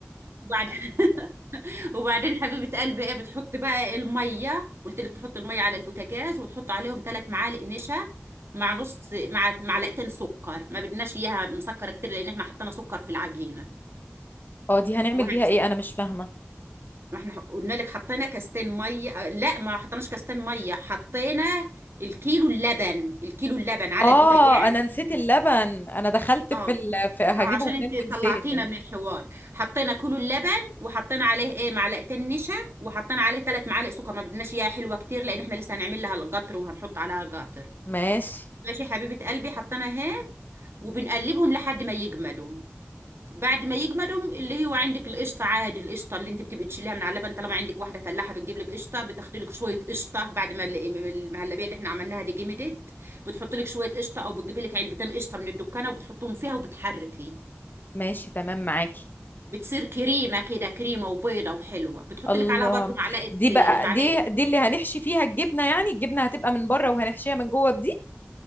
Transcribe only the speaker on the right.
وبعد <laughs> وبعدين حبيبة قلبي ايه بتحط بقى المية قلت لك تحط المية على البوتاجاز وتحط عليهم ثلاث معالق نشا مع نص مع معلقتين سكر ما بدناش اياها مسكرة كتير لان احنا حطينا سكر في العجينة
وهنس
ما احنا قلنا لك حطينا كاستين مية آه، لا ما حطيناش كاستين مية حطينا الكيلو اللبن الكيلو اللبن على
البوتاجاز
اه
اه عشان انت
طلعتينا من الحوار حطينا كيلو اللبن وحطينا عليه ايه معلقتين نشا وحطينا عليه ثلاث معالق سكر ما بدناش اياها حلوه كتير لان احنا لسه هنعمل لها القطر وهنحط عليها قطر
ماشي حبيبه قلبي حطينا هيك وبنقلبهم لحد ما يجمدوا بعد ما يجمدوا اللي هو عندك القشطه عادي القشطه اللي انت بتبقي تشيليها من على اللبن طالما عندك واحده فلاحه بتجيب لك قشطه بتاخدي لك شويه قشطه بعد ما ال- المهلبيه اللي احنا عملناها دي جمدت بتحط لك شويه قشطه او بتجيبي لك علبتين قشطه من الدكانه وبتحطهم فيها وبتحركي
بتصير كريمه كده كريمه وبيضه وحلوه بتحط
لك عليها برضو معلقه
معلقه